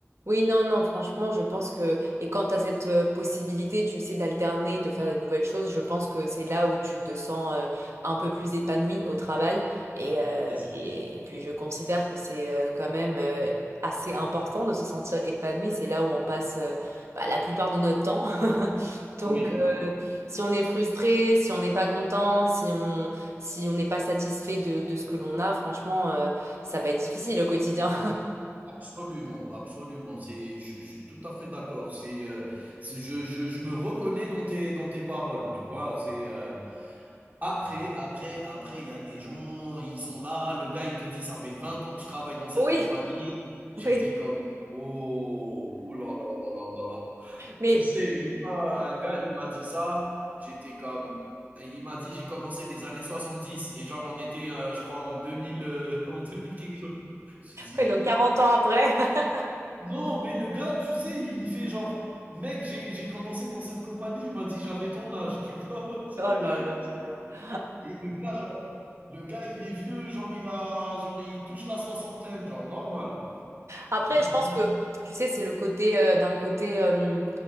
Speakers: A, on the right (about 65°); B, on the right (about 35°).
A: Oui, non, non, franchement, je pense que... Et quand tu as cette euh, possibilité, tu sais, d'alterner, de faire des nouvelles choses, je pense que c'est là où tu te sens euh, un peu plus épanoui au travail. Et, euh,
B: C'est,
A: et puis, je considère que c'est euh, quand même euh, assez important de se sentir épanoui. C'est là où on passe euh, bah, la plupart de notre temps. <laughs> Donc,
B: oui.
A: euh, si on est frustré, si on n'est pas content, si on si on n'est pas satisfait de, de ce que l'on a, franchement, euh, ça va être difficile au quotidien.
B: Absolument, absolument. C'est, je suis tout à fait d'accord. C'est, euh, c'est- je, je, je me reconnais dans tes, dans tes paroles, tu vois. C'est, euh, après,
A: <laughs>
B: après, après, il y a des gens, ils sont là. Le gars, il te dit, ça fait 20 ans que je travaille dans cette
A: Oui,
B: compagnie. J'étais
A: <laughs> oui,
B: comme, oh, ouh là là là là là là.
A: mais
B: Tu sais, une fois, un gars, il m'a dit ça. J'étais comme, il m'a dit, j'ai commencé les années 70 et genre, on était, euh, je crois, en 2000, euh, <laughs> en 2000 quelque chose. J'ai dit,
A: oui, donc 40 ans après, <laughs>
B: non, mais le gars, tu sais, il me fait genre: «Mec, j'ai j'ai commencé dans cette compagnie», il m'a dit: «J'avais ton âge», tu vois?
A: oh là
B: <laughs>
A: là là là.
B: Et le gars, genre, le gars, il est vieux, genre il a genre il touche la soixantaine, genre normal.
A: Après,
B: Je lui
A: je
B: dis
A: pense que, tu sais, c'est le côté euh, d'un côté euh,